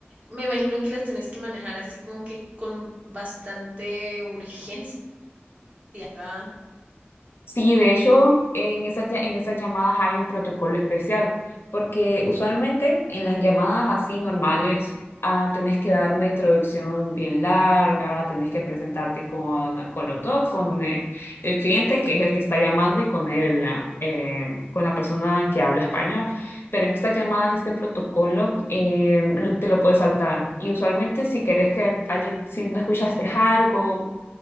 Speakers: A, on the right; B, on the left.
A: me imagino que las tenés que manejar así como que con bastante urgencia. ¿verdad?
B: Sí, de hecho, en esas, lla- en esas llamadas hay un protocolo especial, porque usualmente en las llamadas así normales, ah, tenés que dar una introducción bien larga, tenés que presentarte con, con los dos, con eh, el cliente, que es el que está llamando, y con el, ah, eh, con la persona que habla español. Pero en estas llamadas, este protocolo eh, lo- te lo puedes saltar. Y usualmente si querés que alguien, si no escuchaste algo